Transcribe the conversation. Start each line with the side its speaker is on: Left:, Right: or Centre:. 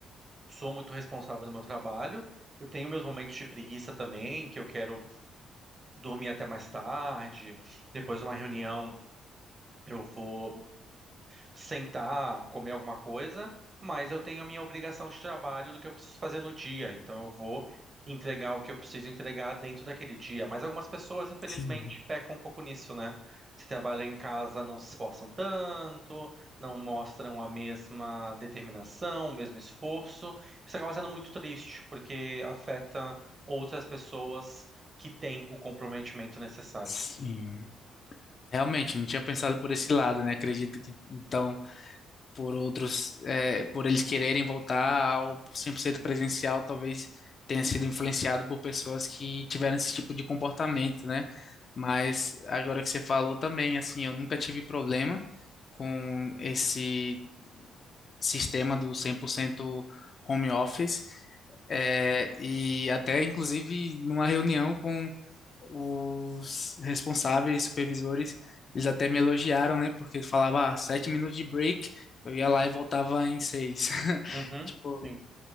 Right: sou muito responsável no meu trabalho. Eu tenho meus momentos de preguiça também, que eu quero dormir até mais tarde, depois de uma reunião. Eu vou sentar, comer alguma coisa, mas eu tenho a minha obrigação de trabalho do que eu preciso fazer no dia, então eu vou entregar o que eu preciso entregar dentro daquele dia. Mas algumas pessoas, infelizmente,
Left: Sim.
Right: pecam um pouco nisso, né? Se trabalham em casa, não se esforçam tanto, não mostram a mesma determinação, o mesmo esforço. Isso acaba sendo muito triste, porque afeta outras pessoas que têm o comprometimento necessário.
Left: Sim. Realmente, não tinha pensado por esse lado, né? Acredito que então. por outros, é, por eles quererem voltar ao 100% presencial, talvez tenha sido influenciado por pessoas que tiveram esse tipo de comportamento, né? Mas agora que você falou também, assim, eu nunca tive problema com esse sistema do 100% home office. É, e até, inclusive, numa reunião com os responsáveis, supervisores, eles até me elogiaram, né? Porque eles falavam, ah, sete
Right: Uhum,
Left: minutos de break, eu ia lá e voltava em seis.
Right: uhum,
Left: <laughs> Tipo,
Right: sim.